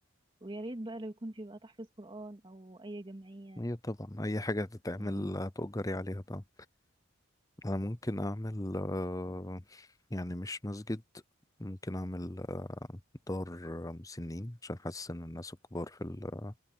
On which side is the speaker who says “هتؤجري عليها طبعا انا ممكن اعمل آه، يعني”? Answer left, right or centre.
Left